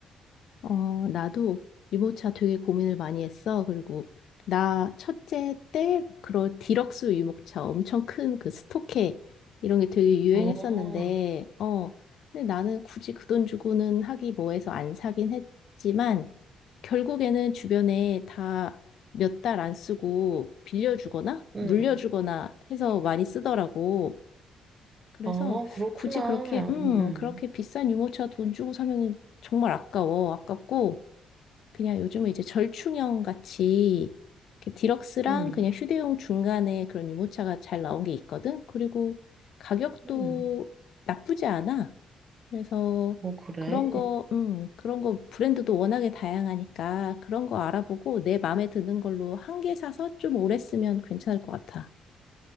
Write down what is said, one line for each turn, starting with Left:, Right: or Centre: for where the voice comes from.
Left: 어, 나도 유모차 되게 고민을 많이 했어. 그리고 나 첫째 때 그런 디럭스 유모차 엄청 큰 그 스토케 이런 게 되게 유행했었는데,
Right: 아,
Left: 어, 근데 나는 굳이 그 돈 주고는 하기 뭐해서 안 사긴 했지만 결국에는 주변에 다 몇 달 안 쓰고 빌려주거나
Right: 응.
Left: 물려주거나 해서 많이 쓰더라고. 그래서
Right: 아, 그렇구나.
Left: 굳이 그렇게, 음,
Right: 응, 응,
Left: 그렇게 비싼 유모차 돈 주고 사면 정말 아까워. 아깝고, 그냥 요즘은 이제 절충형 같이 이렇게 디럭스랑
Right: 응.
Left: 그냥 휴대용 중간에 그런 유모차가 잘 나온 게 있거든. 그리고 가격도
Right: 응.
Left: 나쁘지 않아. 그래서
Right: 뭐, 그래.
Left: 그런 거, 음, 그런 거 브랜드도 워낙에 다양하니까 그런 거 알아보고 내 마음에 드는 걸로 한 개 사서 좀 오래 쓰면 괜찮을 것 같아.